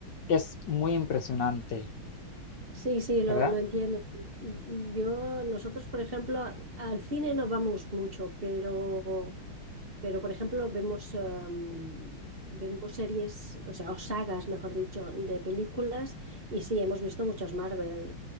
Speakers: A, on the left; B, on the right.
A: es muy impresionante,
B: sí, sí, lo,
A: ¿verdad?
B: lo entiendo. Y- y Yo, nosotros, por ejemplo, a- al cine no vamos mucho, pero Pero, por ejemplo, vemos, em, vemos series, o sea, o sagas, mejor dicho, de películas, y sí, hemos visto muchas Marvel.